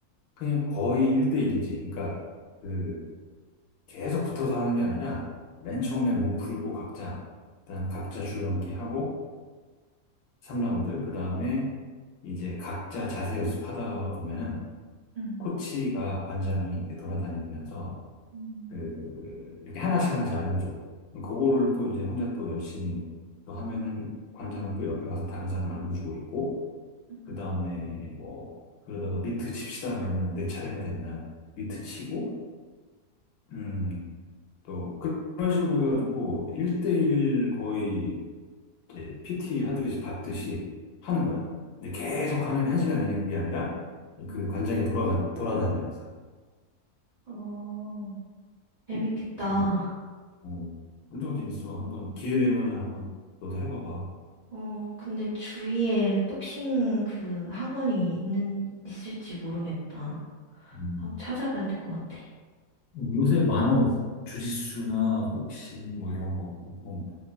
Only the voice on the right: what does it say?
음,
음,
음.
음.
어, 재밌겠다.
어, 근데 주위에 복싱 그 학원이 있는, 있을지 모르겠다.
한번 찾아봐야 될 것 같아.